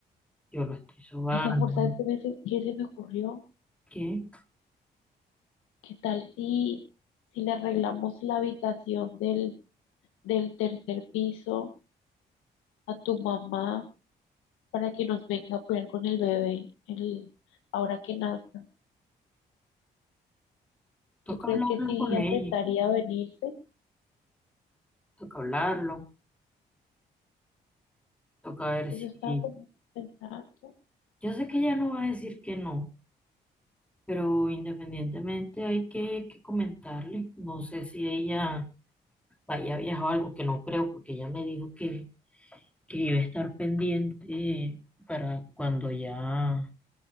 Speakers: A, in the centre; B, on the left.
A: Yo lo estoy sobando.
B: Ay, amor, ¿sabes qué, me se- qué se me ocurrió?
A: ¿Qué?
B: ¿Qué tal si, si le arreglamos la habitación del, del tercer piso a tu mamá para que nos venga a cuidar con el bebé el, ahora que nazca?
A: Toca
B: ¿Tú crees
A: hablarlo
B: que sí
A: con
B: aceptaría
A: ella,
B: venirse?
A: toca hablarlo, toca ver
B: Eso
A: si...
B: estaba como pensando.
A: Yo sé que ella no va a decir que no, pero independientemente hay que, que comentarle. No sé si ella vaya a viajar o algo, que no creo, porque ella me dijo que, que iba a estar pendiente para cuando ya